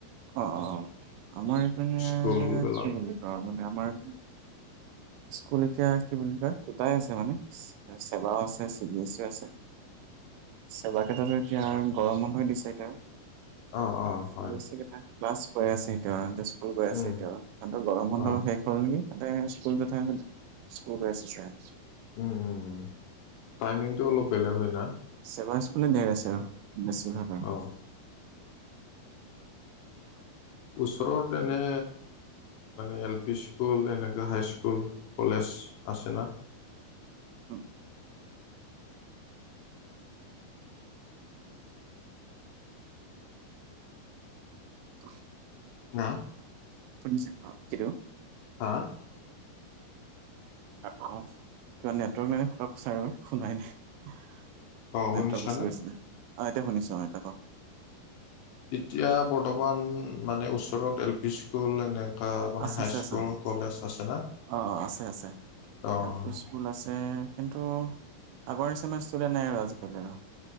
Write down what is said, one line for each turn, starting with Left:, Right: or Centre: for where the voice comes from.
Right: অ'-অ', আমাৰ এইপিণে
Left: স্কুল বিলাক
Right: কি বুলি কয় মানে আমাৰ স্কুল এতিয়া কি বুলি কয়, দুটাই আছে মানে চেবাও আছে চি বি এছ চিও আছে। চেৱা কেইটাটো এতিয়া গৰম বন্ধই দিছে এতিয়া।
Left: অ অ অ
Right: চি
Left: হয়
Right: বি‌‌ এচ চি কেইটা ক্লাছ গৈ আছে এতিয়া স্কুল গৈ আছে
Left: উম
Right: এতিয়া, সিহতৰ গৰম বন্ধ
Left: অ
Right: শেষ হল নেকি, তাতে স্কুল <unintelligible> স্কুল গৈ আছে চাগে।
Left: উম উম উম, টাইমিংটো অলপ বেলেগ হয় না।
Right: চেবা স্কুলে ধেৰ আছে আৰু বেছিভাগ। আৰু
Left: অ'। ওচৰত এনে মানে এল পি স্কুল, এনেকা হাই স্কুল কলেজ আছে না।
Right: উম। <unintelligible>
Left: না
Right: <unintelligible>
Left: হা?
Right: <unintelligible> কিবা নেটৱৰ্ক <unintelligible> শুনাই নাই।
Left: অ
Right: নেটৱৰ্ক
Left: শুনিছানে
Right: গুচি গৈছিলে। অ', এতিয়া শুনিছো আহ, এতিয়া কওক।
Left: এতিয়া বৰ্তমান মানে ওচৰত এল পি স্কুল এনে <unintelligible> মানে
Right: আছে
Left: হাইস্কুল
Right: আছে আছে
Left: কলেজ আছে না
Right: অ আছে আছে
Left: অ'।
Right: এল স্কুল আছে কিন্তু আগৰ নিচিনা ইস্টুডেন্ট নাই আৰু আজিকালি আৰু।